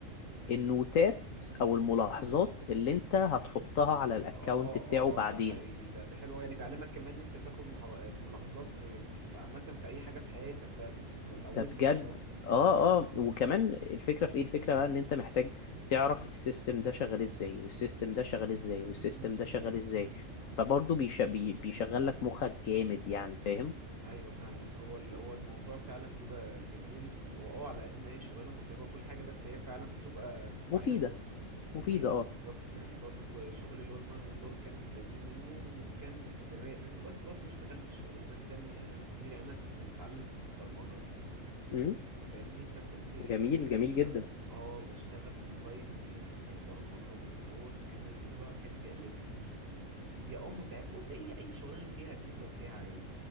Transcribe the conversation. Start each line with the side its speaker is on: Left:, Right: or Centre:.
Left: النوتات او الملاحظات اللي انت هتحطها على الاكونت
Right: اه
Left: بتاعه
Right: اه
Left: بعدين
Right: ده حقيقي ده ده حلو أوي. يعني بيعلمك كمان ان انت تاخد محا- ملاحظات في في عامه في اي حاجه في حياتك بقى بتبقى اتعودت
Left: ده بجد
Right: خلاص
Left: اه اه وكمان الفكره في ايه الفكره بقى ان انت محتاج تعرف السيستم ده شغال ازاي والسيستم ده شغال ازاي والسيستم
Right: امم
Left: ده شغال ازاي فبرضه بيش... بي... بيشغل لك مخك جامد يعني فاهم
Right: ايوه فاهمك هو ال- هو الموضوع فعلا بيبقى جميل في الك- هو اه على قد ما هي شغلانه متعبه وكل حاجه بس هي فعلا بتبقى بتبقى
Left: مفيده
Right: حلوه
Left: مفيده
Right: مفيده بالظبط
Left: اه
Right: يعني برضو كو- شغل اللي هو المخزن دوت كان لذيذ منه وكان في الرايق منه بس برضو اشتغلت شغلانات تانية كتير يعني انا كنت متعلم برمجه
Left: امم
Right: فاهمني فكنت
Left: جميل جميل
Right: بشتغل
Left: جدا
Right: اه بشتغل اونلاين بالبرمجة وكده هوت وكان الموضوع كان جا- لذيذ وهي اه متعبة بص هي اي شغلانة فيها ميزة وفيها عيب